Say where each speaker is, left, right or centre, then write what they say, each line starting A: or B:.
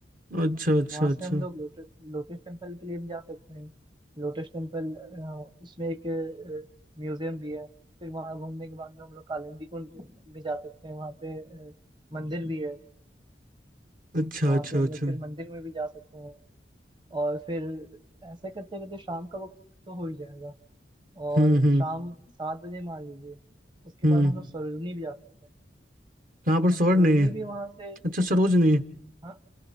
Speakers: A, on the right (about 50°); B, on the right (about 25°).
A: अच्छा अच्छा
B: वहां से
A: अच्छा
B: हम लोग लोटस लोटस टेम्पल के लिए भी जा सकते हैं लोटस टेम्पल उसमें एक म्यूजियम भी है फिर वहां घूमने के बाद में हम लोग कालिंदी कुंज भी जा सकते हैं वहां पे अ, मंदिर भी है
A: अच्छा
B: वहां
A: अच्छा
B: पे हम
A: अच्छा
B: लोग फिर मंदिर में भी जा सकते हैं और फिर ऐसे करते करते शाम का वक्त तो हो ही जाएगा और
A: हम्म हम्म
B: शाम सात बजे मान लीजिए उसके
A: हम्म
B: बाद हम लोग सरोजनी भी जा सकते हैं
A: कहाँ पर सरोज
B: सरोजनी
A: नहीं है
B: भी वहां से
A: अच्छा सरोज नहीं है
B: हाँ